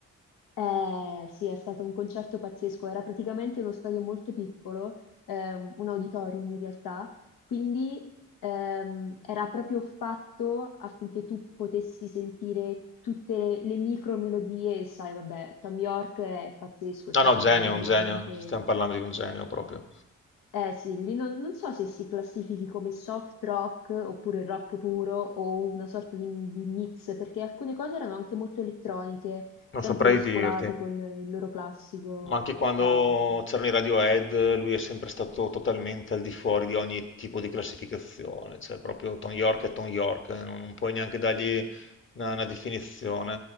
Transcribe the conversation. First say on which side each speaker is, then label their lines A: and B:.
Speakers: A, on the left; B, on the left.
A: Eh, sì, è stato un concerto pazzesco, era praticamente uno stadio molto piccolo, ehm, un auditorium in realtà, quindi ehm, era proprio fatto affinché tu potessi sentire tutte le, le micro melodie, e sai, vabbè, Tom York è pazzesco, cioè
B: No, no,
A: è
B: genio,
A: una band
B: un genio,
A: veramente
B: stiamo parlando di un genio proprio.
A: eh sì, lì non, non so se si classifichi come soft rock oppure rock puro o una sorta di, di mix, perché alcune cose erano anche molto elettroniche,
B: Non
A: sempre
B: saprei
A: mescolate
B: dirti.
A: con il loro classico
B: Ma anche quando
A: sound,
B: c'erano i Radiohead, lui è sempre stato totalmente al di fuori di ogni tipo di classificazione, cioè proprio Tom York è Tom York, eh, non, non puoi neanche dargli una, una definizione.